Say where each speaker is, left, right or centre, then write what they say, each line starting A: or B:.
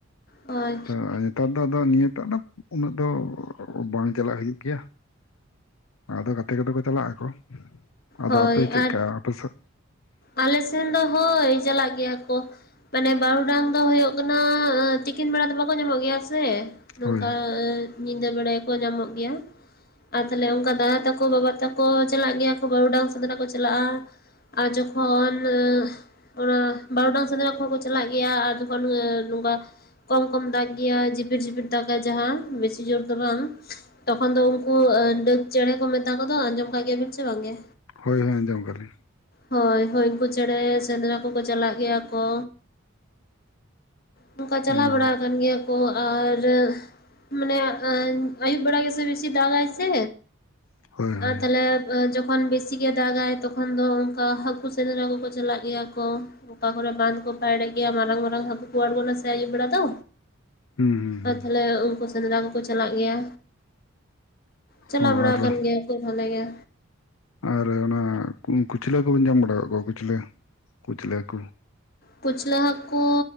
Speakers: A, on the left; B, on the left.
A: ᱦᱳᱭ
B: ᱛᱚ ᱱᱤᱛ ᱛᱟᱨ ᱫᱚ ᱟᱫᱚ ᱱᱤᱭᱟᱹᱴᱟᱜ ᱫᱚ ᱩᱱᱟᱹᱜ ᱫᱚ ᱵᱟᱝ ᱪᱟᱞᱟᱜ ᱦᱩᱭᱩᱜ ᱜᱮᱭᱟ᱾ ᱟᱫᱚ ᱜᱟᱛᱮ ᱠᱚ ᱫᱚ ᱠᱚ ᱪᱟᱞᱟᱜ ᱟᱠᱚ, ᱟᱫᱚ
A: ᱦᱳᱭ
B: ᱟᱯᱮ ᱪᱮᱜᱠᱟ
A: ᱟᱨ
B: ᱟᱯᱮ ᱥᱮᱫ?
A: ᱟᱞᱮ ᱥᱮᱱ ᱫᱚ ᱦᱳᱭ ᱪᱟᱞᱟᱜ ᱜᱮᱭᱟ ᱠᱚ᱾ ᱢᱟᱱᱮ ᱵᱟᱨᱩᱰᱟᱝ ᱫᱚ ᱦᱳᱭᱳᱜ ᱠᱟᱱᱟ ᱮ ᱛᱤᱠᱤᱱ ᱵᱮᱲᱟ ᱫᱚ ᱵᱟᱠᱚ ᱧᱟᱢᱚᱜ ᱜᱮᱭᱟ ᱥᱮ᱾ ᱱᱚᱝᱠᱟ
B: ᱦᱳᱭ
A: ᱟᱹ ᱧᱤᱫᱟᱹ ᱵᱮᱲᱟᱭ ᱠᱚ ᱧᱟᱢᱚᱜ ᱜᱮᱭᱟ᱾ ᱟᱨ ᱛᱟᱞᱦᱮ ᱚᱝᱠᱟ ᱫᱟᱫᱟ ᱛᱟᱠᱚ, ᱵᱟᱵᱟ ᱛᱟᱠᱚ ᱪᱟᱞᱟᱜ ᱜᱮᱭᱟ ᱠᱚ ᱵᱟᱹᱩᱰᱟᱝ ᱥᱮᱸᱫᱽᱨᱟᱜ ᱠᱚ ᱪᱟᱞᱟᱜ-ᱟ᱾ ᱟᱨ ᱡᱚᱠ ᱠᱷᱚᱱ ᱚᱱᱟ ᱵᱟᱨᱚᱰᱟᱝ ᱥᱮᱸᱫᱽᱨᱟ ᱠᱚ ᱦᱚᱸ ᱠᱚ ᱪᱟᱞᱟᱜ ᱜᱮᱭᱟ ᱟᱨ ᱡᱚᱠᱷᱚᱱ ᱱᱚᱝᱠᱟ ᱠᱚᱢ ᱠᱚᱢ ᱫᱟᱜ ᱜᱮᱭᱟ ᱡᱤᱯᱤᱨ ᱡᱤᱯᱤᱨ ᱫᱟᱜᱟᱭ ᱡᱟᱦᱟᱸ, ᱵᱮᱥᱤ ᱡᱳᱨ ᱫᱚ ᱵᱟᱝ᱾ ᱛᱚᱠᱷᱚᱱ ᱫᱚ ᱩᱝᱠᱩ ᱰᱟᱹᱠ ᱪᱮᱸᱬᱮ ᱠᱚ ᱢᱮᱛᱟ ᱠᱚ ᱫᱚ, ᱟᱸᱡᱚᱢ ᱠᱟᱜ ᱜᱮᱭᱟᱵᱤᱱ ᱥᱮ ᱵᱟᱝ ᱜᱮ?
B: ᱦᱳᱭ ᱦᱳᱭ ᱟᱸᱡᱚᱢ ᱠᱟᱜ-ᱟ ᱞᱤᱧ᱾
A: ᱦᱳᱭ ᱦᱳᱭ ᱩᱝᱠᱩ ᱪᱮᱸᱬᱮ ᱥᱮᱸᱫᱽᱨᱟ ᱠᱚ ᱠᱚ ᱪᱟᱞᱟᱜ ᱜᱮᱭᱟ ᱠᱚ᱾ ᱱᱚᱝᱠᱟ ᱪᱟᱞᱟᱣ
B: ᱚ
A: ᱵᱟᱲᱟ ᱟᱠᱟᱱ ᱜᱮᱭᱟᱢ? ᱚ ᱟᱨ ᱢᱟᱱᱮ ᱟᱹᱧ ᱟᱹᱭᱩᱵ ᱵᱮᱲᱟ ᱜᱮ ᱥᱮ ᱵᱮᱥᱤ ᱫᱟᱜᱟᱭ ᱥᱮ᱾
B: ᱦᱳᱭ ᱦᱳᱭ
A: ᱟᱨ ᱛᱟᱞᱮ ᱡᱚᱠᱷᱚᱱ ᱵᱮᱥᱤ ᱜᱮ ᱫᱟᱜᱟᱭ ᱛᱚᱠᱷᱚᱱ ᱫᱚ ᱠᱟ ᱦᱟᱹᱠᱩ ᱥᱮᱸᱫᱽᱨᱟ ᱠᱚ ᱠᱚ ᱪᱟᱞᱟᱜ ᱜᱮᱭᱟ ᱠᱚ᱾ ᱚᱠᱟ ᱠᱚ ᱨᱮ ᱵᱟᱸᱫ ᱠᱚ ᱯᱟᱭᱲᱮᱜ ᱜᱮᱭᱟ ᱢᱟᱨᱟᱝ ᱢᱟᱨᱟᱝ ᱦᱟᱹᱠᱩ ᱠᱚ ᱟᱲᱜᱚᱱᱟ ᱥᱮ ᱟᱹᱭᱩᱵ ᱵᱮᱲᱟ ᱫᱚ᱾
B: ᱦᱩᱸ ᱦᱩᱸ ᱦᱩᱸ
A: ᱟᱨ ᱛᱷᱟᱞᱮ ᱩᱝᱠᱩ ᱥᱮᱸᱫᱽᱨᱟ ᱠᱚ ᱠᱚ ᱪᱟᱞᱟᱜ ᱜᱮᱭᱟ᱾ ᱪᱟᱞᱟ
B: ᱚ
A: ᱵᱟᱲᱟᱣ
B: ᱟᱨ
A: ᱠᱟᱱ ᱜᱮᱭᱟ ᱠᱚ ᱵᱷᱟᱞᱮ ᱜᱮ᱾
B: ᱟᱨ ᱚᱱᱟ ᱠᱩ ᱠᱩᱪᱞᱟᱹ ᱦᱟᱹᱠᱩ ᱵᱮᱱ ᱡᱟᱢ ᱵᱟᱲᱟᱣ ᱠᱟᱜ ᱠᱚᱣᱟ ᱠᱩᱪᱞᱟᱹ ᱠᱩᱪᱞᱟᱹ ᱦᱟᱹᱠᱩ?
A: ᱠᱩᱪᱞᱟᱹ ᱦᱟᱹᱠᱩ